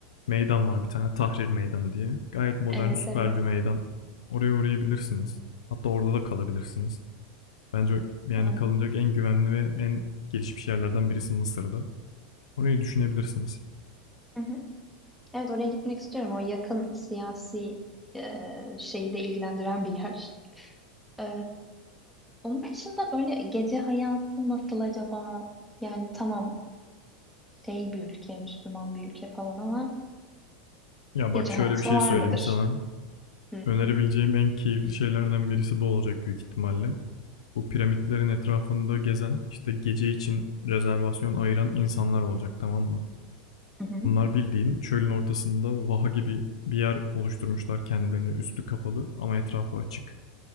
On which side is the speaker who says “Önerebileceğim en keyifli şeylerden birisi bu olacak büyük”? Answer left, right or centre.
Left